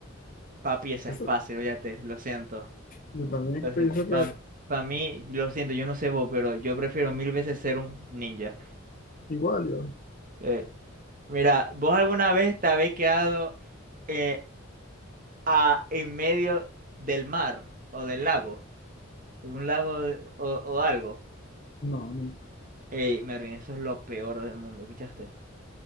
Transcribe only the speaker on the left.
Eso,
yo también
pienso
que
igual yo.
No, no,